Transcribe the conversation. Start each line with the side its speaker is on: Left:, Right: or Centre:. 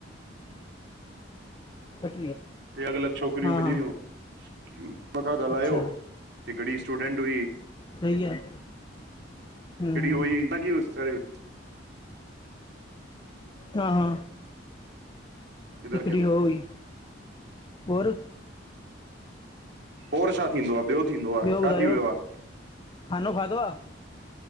Left: <unintelligible>
Right: ट्रे अलग अलग छोकिरियूं
Left: हा
Right: मिली
Left: हा
Right: हुन्न <unintelligible> ॻाल्हायो
Left: अच्छा
Right: हिकडी स्टूडेंट हुई।
Left: सही आहे हम्म,
Right: हिकड़ी
Left: हम्म,
Right: <unintelligible>
Left: हा हा
Right: इधर
Left: हिकिड़ी
Right: खेलो।
Left: हो हुई और
Right: और छा थींदो आहे, ॿियो थींदो आहे,
Left: ॿियो
Right: छा
Left: ॿुधायो
Right: थी वियो आहे
Left: खानो खाधो आहे